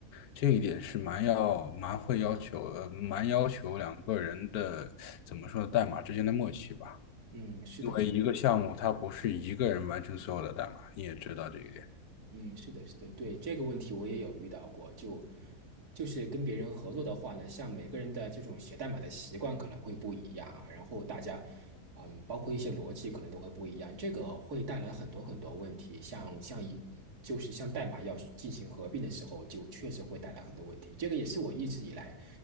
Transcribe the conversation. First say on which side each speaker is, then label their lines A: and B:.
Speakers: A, on the left; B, on the right.
A: 这一点是蛮要蛮会要求，呃，蛮要求两个人的怎么说代码之间的默契吧，
B: 嗯，是的，
A: 因为一个项目它不是一个人完成所有的代码，你也知道这一点。
B: 嗯，是的，是的，对，这个问题我也有遇到过，就就是跟别人合作的话呢，像每个人的这种写代码的习惯可能会不一样啊，然后大家，嗯，包括一些逻辑可能都会不一样，这个会带来很多很多问题，像像一就是像代码要进行合并的时候，就确实会带来很多问题，这个也是我一直以来